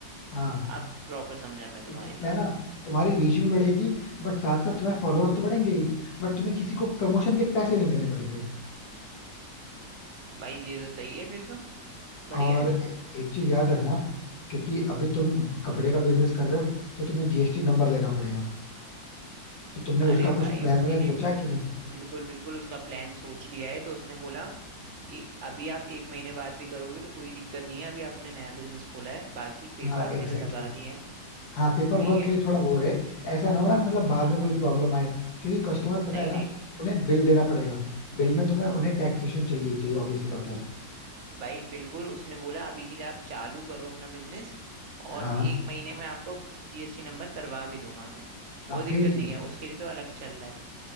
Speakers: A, on the left (about 85°); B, on the right (about 45°).
A: हाँ
B: अब प्रॉपर समझा मैं तुम्हारी
A: इससे क्या
B: बात
A: है ना तुम्हारी रीच भी बढ़ेगी बट साथ साथ तुम्हारे फॉलोअर्स तो बढ़ेंगे ही बट तुम्हें किसी को प्रमोशन के पैसे नहीं देने पड़ेंगे
B: भाई ये तो सही है फिर तो बढ़िया
A: और
B: है
A: ए- एक चीज याद रखना क्योंकि अभी तुम कपड़े का बिजनेस कर रहे हो तो तुम्हें जीएसटी नंबर लेना पड़ेगा तो तुमने
B: अरे
A: उसका
B: भाई
A: कुछ प्लान
B: उसके
A: वैलन
B: लिए
A: सोचा
B: भी
A: है कि नहीं
B: बिल्कुल बिल्कुल उसका प्लान सोच लिया है तो उसने बोला कि अभी आप एक महीने बाद भी करोगे तो कोई दिक्कत नहीं है अभी आपने नया बिजनेस खोला है बाकी पेपर
A: हाँ एग्जैक्टली
B: वगैरह लगा दिए हैं
A: हाँ पेपर
B: ठीक
A: वर्क
B: है
A: के लिए थोड़ा वो है ऐसा ना हो ना कि मतलब बाद
B: हाँ,
A: में कोई प्रॉब्लम आए क्योंकि कस्टमर पता
B: नहीं
A: है ना
B: नहीं
A: उन्हें बिल देना पड़ेगा बिल में तुम्हें उन्हें टैक्सेशन चाहिए ही चाहिए ऑब्वियसली बात है
B: भाई बिल्कुल उसने बोला अभी के लिए आप चालू करो अपना बिजनेस और
A: हाँ
B: एक महीने में आपको जीएसटी नंबर करवा भी दूंगा मैं
A: हाँ,
B: वो दिक्कत
A: फिर ठीक
B: नहीं है
A: है
B: उसके लिए तो अलग चल रहा है